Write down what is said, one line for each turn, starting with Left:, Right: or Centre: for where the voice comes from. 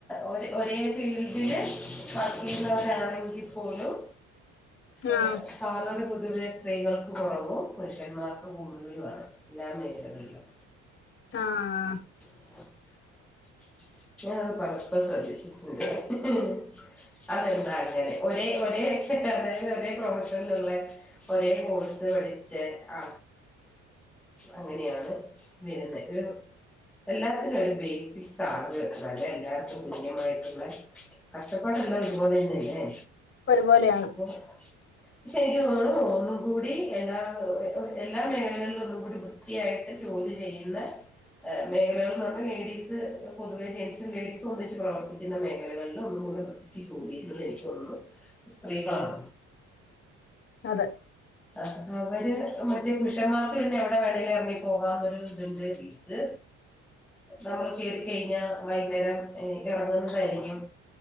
Centre: ഒരേ ഒരേ ഫീൽഡില് വർക്കെയുന്നവരാണെങ്കി പോലും
Left: ആ
Centre: ഏഹ് സാലറി പൊ തുവെ സ്ത്രീകൾക്ക് കൊറവും പുരുഷന്മാർക്ക് കൂടുതലും ആണ് എല്ലാ മേഖലകളിലും
Left: ആഹ്
Centre: <inaudible> ഞാൻ അത് <unintelligible> <unintelligible> അതെന്താ അങ്ങനെ ഒരേ ഒരേ <unintelligible> അതായത് ഒരേ പ്രൊഫാഷനില് ഇള്ളെ ഒരേ കോഴ്സ് പഠി ച്ചെ ആ അങ്ങനെയാണ് വരുന്നെ. ഒരു എല്ലാത്തിനും ഒരു ബേസിക് സാലറി വരെ എല്ലാവർക്കും തുല്യമായിട്ടുള്ള കഷ്ടപ്പാടെല്ലാം ഒരു പോലെ തന്നെയല്ലേ.
Left: ഒരുപോലെയാണ്
Centre: അപ്പൊ പക്ഷെ എനിക്ക് തോന്നുന്നു ഒന്നും കൂടി എല്ലാ എല്ലാ മേഖലകളിലും ഒന്നും കൂടി വൃത്തിയായിട്ട് ജോലി ചെയ്യുന്ന ഏ മേഖലകൾ നിന്ന് ലേഡീസ് പൊതുവെ ജെന്റ്സും ലേഡീസും ഒന്നിച്ച് പ്രവർത്തിക്കുന്ന മേഖലകൾലും ഒന്നും കൂടി വൃത്തിക്ക് ജോലി ചെയ്യുന്നത് എനിക്ക് തോന്നുന്നു സ്ത്രീകളാണ്.
Left: അതെ
Centre: ആഹ് അവര് മറ്റേ പുരുഷന്മാർക്ക് പിന്നെ എവിടെ വേണെങ്കിലും ഇറങ്ങി പോകാന്നൊരു ഇതുണ്ട് ഇത് നമ്മൾ കേറി കൈഞ്ഞാ വൈന്നേരം ഇ ഇറങ്ങുന്നത് വരെയായിരിക്കും